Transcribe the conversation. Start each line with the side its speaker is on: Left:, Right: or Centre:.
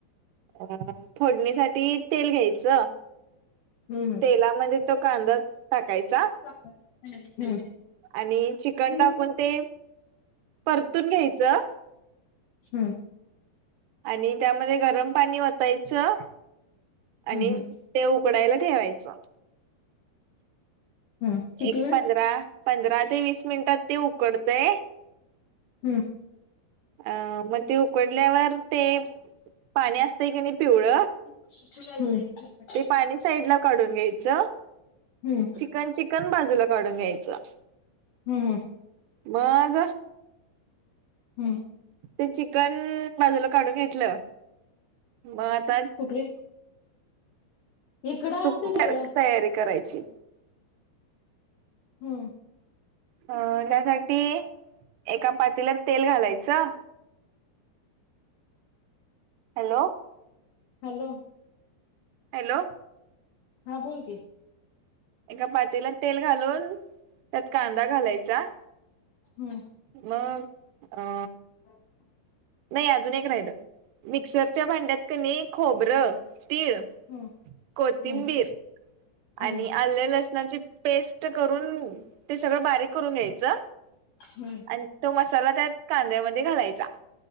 Right: हा फोडणीसाठी तेल घ्यायच.
Left: हू हू.
Right: तेलामध्ये तो कांदा टाकायचा
Left: हम्म
Right: आणि चिकन
Left: हम्म
Right: टाकून ते परतून घ्यायचं.
Left: हू.
Right: आणि त्यामध्ये गरम पाणी वतायचं. आणि
Left: हम्म
Right: ते उकडायला ठेवायचं.
Left: <inaudible> हू किती
Right: एक
Left: वेळ
Right: पंधरा पंधरा ते वीस मिनिटात ते उकडतय
Left: <unintelligible>
Right: अ मग ते उकडल्यावर ते पाणी असतंय क नी पिवळ
Left: <unintelligible>
Right: ते पाणी साईड ला काढून घ्यायचं.
Left: हम्म
Right: चिकन चिकन बाजूला काढून घ्यायचं.
Left: हुं. हू.
Right: मग
Left: हू.
Right: ते चिकन बाजूला काढून घेतलं, म आता
Left: कुठली? इकडं
Right: सुप
Left: आण ते सगळं
Right: सारख तयारी करायची.
Left: हुं.
Right: अ त्यासाठी एका पातील्यात तेल घालायचं. हॅलो.
Left: हॅलो.
Right: हॅलो.
Left: हा बोल कि.
Right: एका पातेल्यात तेल घालून, त्यात कांदा घालायचा.
Left: हुं.
Right: मग अ
Left: मग क
Right: नाही अजून एक राहिलं, मिक्सरच्या भांड्यात कणी खोबरं, तीळ
Left: हम्म
Right: कोथिंबीर
Left: हम्म हम्म
Right: आणि आले लसणाची पेस्ट करून, ते सगळं बारीक करून घ्यायचं.
Left: हू.
Right: आणि तो मसाला त्या कांद्यामध्ये घालायचा.